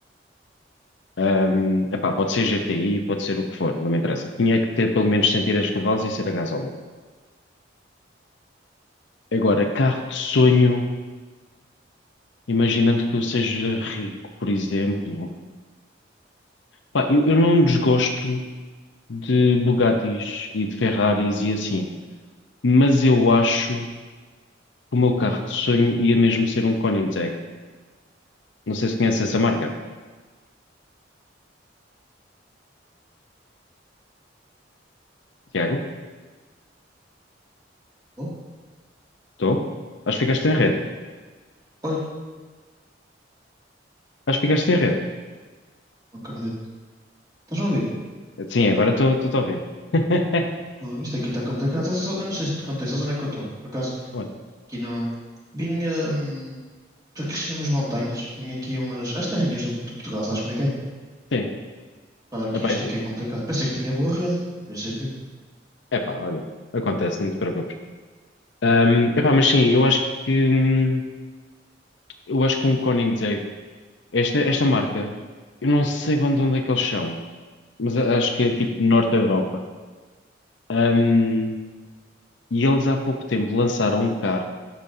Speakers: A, on the left (about 70°); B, on the right (about 20°).
A: Ahm, epá, pode ser GTI, pode ser o que for, não me interessa. Tinha que ter pelo menos 110 cavalos e ser a gasóleo. Agora, carro de sonho, imaginando que eu seja rico, por exemplo. Pá, eu, eu não desgosto de Bugattis e de Ferraris e assim, mas eu acho que o meu carro de sonho ia mesmo ser um Koenigsegg. Não sei se conhece essa marca. Tiago?
B: Oh,
A: Estou? Acho que ficaste
B: oh,
A: em rede.
B: oi,
A: Acho que ficaste em rede.
B: não acredito. Estás a ouvir?
A: Sim, agora estou a ouvir. <laughs>
B: Opa, oh, isto aqui está complicado. Estás a- só- Eu não sei se te contei, sabes onde é que eu estou? Por acaso,
A: Bom,
B: aqui não... Vim, hum, estou aqui a umas montanhas. Vim aqui a umas... As terrinhas do, de Portugal, sabes como é que é?
A: Sim,
B: Pá, aqui
A: Epá,
B: isto aqui é complicado. Pensei que tinha boa rede, em princípio.
A: Epá, olha, acontece, não te preocupes. Ahm, epá, mas sim, eu acho que hum, eu acho que um Koenigsegg, esta, esta marca, eu não sei bem de onde é que eles são, mas a- acho que é tipo norte da Europa. Ahm, e eles há pouco tempo lançaram um carro,